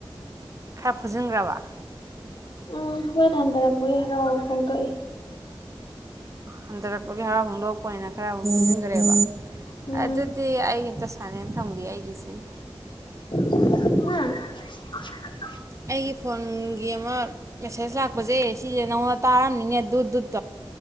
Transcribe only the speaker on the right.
ꯈꯥ ꯐꯨꯖꯤꯟꯒ꯭ꯔꯕꯥ
ꯍꯟꯊꯔꯛꯄꯒꯤ ꯍꯔꯥꯎ ꯐꯣꯡꯗꯣꯛꯄ ꯑꯣꯏꯅ ꯈꯔ ꯑꯃꯨꯛ ꯐꯨꯖꯤꯟꯒꯔꯦꯕ
ꯑꯗꯨꯗꯤ ꯑꯩ ꯑꯝꯇ ꯁꯥꯥꯏꯂꯦꯟ ꯊꯝꯒꯦ ꯑꯩꯒꯤꯁꯤ
ꯑꯩꯒꯤ ꯐꯣꯟꯒꯤ ꯑꯃ ꯃꯦꯁꯦꯖ ꯂꯥꯛꯄꯁꯦ ꯁꯤꯁꯦ ꯅꯉꯣꯟꯗ ꯇꯥꯔꯝꯅꯤꯅꯦ ꯗꯨꯠ ꯗꯨꯠ